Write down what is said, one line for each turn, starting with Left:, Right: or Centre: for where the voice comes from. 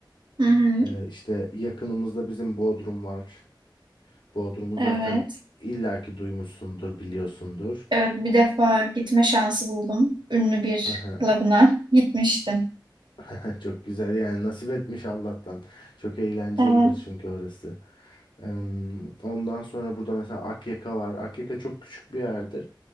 Right: Hı hı.
Left: Ee, işte yakınımızda bizim Bodrum var. Bodrum'u
Right: Evet.
Left: zaten illaki duymuşsundur, biliyorsundur.
Right: Evet bir defa gitme şansı buldum. Ünlü bir
Left: <laughs>
Right: klubuna <laughs> gitmiştim.
Left: <laughs> Çok güzel yani nasip etmiş Allah'tan. Çok eğlencelidir
Right: Evet.
Left: çünkü orası. Em, Ondan sonra burada mesela Akyaka var. Akyaka çok küçük bir yerdir